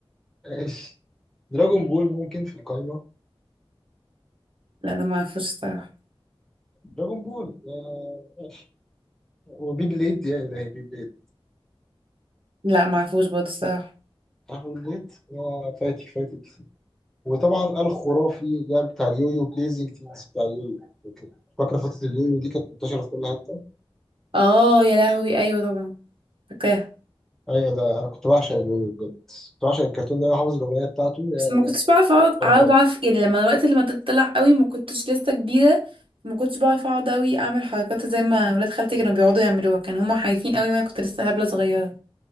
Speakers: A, in the centre; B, on the right.
A: ماشي دراجون بول ممكن في القائمه
B: لا ده ما اعرفوش الصراحة
A: دراجون بول يا- ماشي وبي بليد يا الهي بي بليد
B: لا معرفوش برضه الصراحة
A: عارف بي بليد يا فايتك فايتك وطبعا الخرافي لعب بتاع اليويو بليزنج تيمز بتاع اليويو فاكر فاكر فترة اليويو دي كانت منتشرة في كل حتة
B: اه يا لهوي ايوه طبعا فاكراها
A: ايوه ده انا كنت بعشق اليويو بجد كنت بعشق الكرتون ده أنا حافظ الاغنية بتاعته
B: بس ما كنتش
A: هي
B: بعرف اقعد
A: خرافية
B: اقعد اعرف يعني لما الوقت لما تطلع قوي ما كنتش لسه كبيرة ما كنتش بعرف اقعد قوي اعمل حركات زي ما ولاد خالتي كانوا بيقعدوا يعملوها كانوا هما خايفين قوي وانا كنت لسه هبلة صغيرة